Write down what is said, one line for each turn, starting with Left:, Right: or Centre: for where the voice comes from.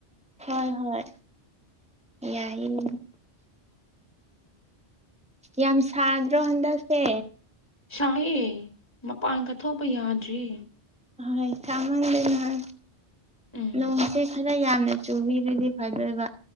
Centre: ꯍꯣꯏ ꯍꯣꯏ ꯌꯥꯏꯌꯦ ꯌꯥꯝ ꯁꯥꯗ꯭ꯔꯣ ꯍꯟꯗꯛꯁꯦ
Left: ꯁꯥꯏꯌꯦ ꯃꯄꯥꯟꯀ ꯊꯣꯛꯄ ꯌꯥꯗ꯭ꯔꯦ
Centre: ꯍꯣꯏ ꯁꯥꯃꯟꯗꯥꯅ
Left: ꯎꯝ
Centre: ꯅꯣꯡꯁꯦ ꯈꯔ ꯌꯥꯝꯅ ꯆꯨꯕꯤꯔꯗꯤ ꯐꯗꯣꯏꯕ